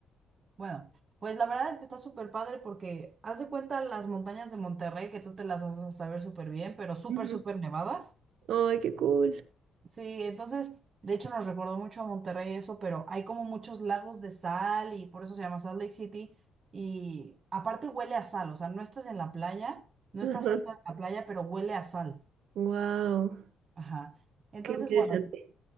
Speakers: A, on the right; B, on the right.
A: Bueno, pues la verdad es que está súper padre porque haz de cuenta las montañas de Monterrey, que tú te las haces saber súper bien, pero súper,
B: Ujú.
A: súper nevadas.
B: Ay, qué cool.
A: Sí, entonces, de hecho nos recordó mucho a Monterrey eso, pero hay como muchos lagos de sal y por eso se llama Salt Lake City. Y aparte huele a sal, o sea, no estás en la playa, no
B: Ajá.
A: estás cerca de la playa, pero huele a sal.
B: Wow,
A: Ajá. Entonces,
B: qué interesante.
A: bueno,